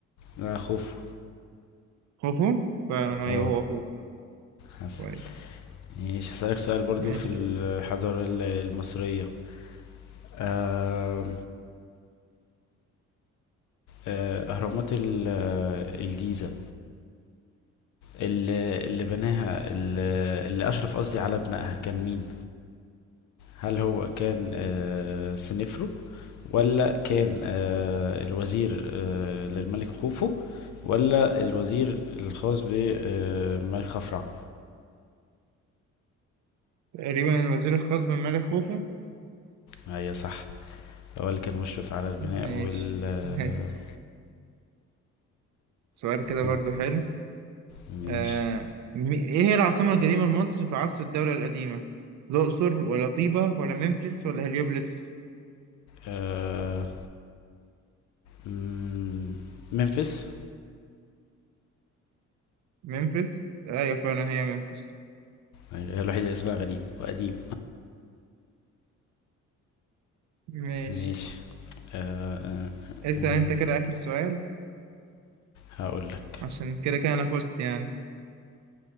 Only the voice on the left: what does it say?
لا خوف
اه
حسن
ماشي هسألك سؤال برضو
في الحضارة ال- المصرية آه آه، اهرامات ال- آه، الجيزة اللي اللي بناها اللي اللي اشرف قصدي على بنائها كان مين هل هو كان آه، سنفرو ولا كان آه، الوزير آه، للملك خوفو ولا الوزير الخاص بالملك خفرع
ايوه صح هو اللي كان مشرف على البناء
والتعديل
كنت
ماشي
آه، مم، ممفيس
أيوة، هي الوحيدة اللي اسمها غريب وقديم
ماشي آه، آه،
آه،
هقول لك